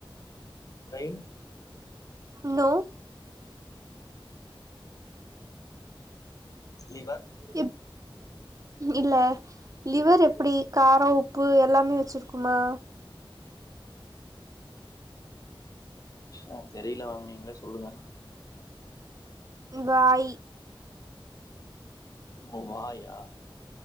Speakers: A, on the left; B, on the right.
A: பிரெயின்
B: நோ
A: லிவர்
B: இப் இல்ல லிவர் எப்பிடி காரோ, உப்பு எல்லாமே வெச்சிருக்குமா
A: ஆ தெரில மேம் நீங்ளே சொல்லுங்க
B: வாய்
A: ஓ வாயா